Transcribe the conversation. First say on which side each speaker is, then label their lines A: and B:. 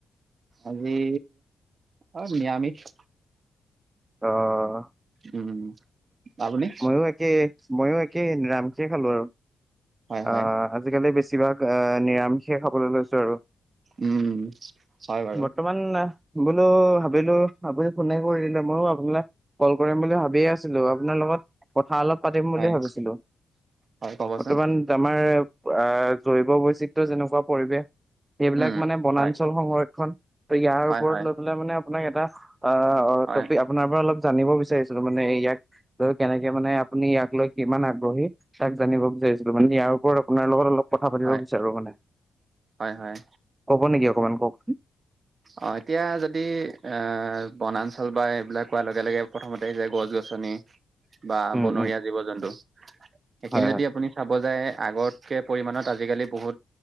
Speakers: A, on the right; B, on the right.
A: আজি, আহ নিৰমিষ।
B: অ',
A: উম আপুনি
B: মইয়ো একে মইয়ো একে নিৰামিষে খালোঁ আৰু।
A: হয়
B: অ',
A: হয়
B: আজিকালি বেছিভাগ এহ নিৰা ষে খাবলৈ লৈছো আৰু,
A: উম হয় বাৰু
B: বৰ্তমান বোলো, ভাবিলো ভাবি ফোনে কৰি দিলোঁ মোৰো আপুনাক কল কৰিম বুলি ভাবিয়ে আছিলোঁ আপোনাৰ লগত, কথা অলপ পাতিম
A: হয়
B: বুলি ভাবিছিলোঁ।
A: হয় ক'বচোন
B: ৰ্তমান আমাৰ আহ জৈৱ বৈচিত্ৰ যেনেকুৱা পৰিৱেশ। সেইবিলাক
A: উম
B: মানে বনাঞ্চল
A: হয়
B: সংৰক্ষণ ত ইয়াৰ
A: হয়
B: ওপৰত
A: হয়
B: লৈ পেলে মানে আপোনাক এটা অ অ
A: হয়
B: ত আপোনাৰ পৰা অলপ জানিব বিচ বিচাৰিছিলো মানে ইয়াক লৈ কেনেকে মানে আপুনি ইয়াক লৈ কিমান আগ্ৰহী তাক জানিব বিচাৰিছিলো। মানে ইয়াৰ ওপৰত আপোনাৰ লগত অলপ কথা পাতিব
A: হয়
B: বিচাৰো মানে,
A: হয় হয়
B: ক'ব নেকি অকমান কওকচোন
A: অ এতিয়া যদি আহ বনাঞ্চল বা এইবিলাক কোৱাৰ লগে লগে প্ৰথমতে যে গছ গছনি বা
B: উম
A: বনৰীয়া
B: উম
A: জীৱ জন্তু সেইখিনি
B: হয়
A: যদি
B: হয়
A: আপুনি চাব যায়। আগতকে পৰিমাণত আজিকালি বহুত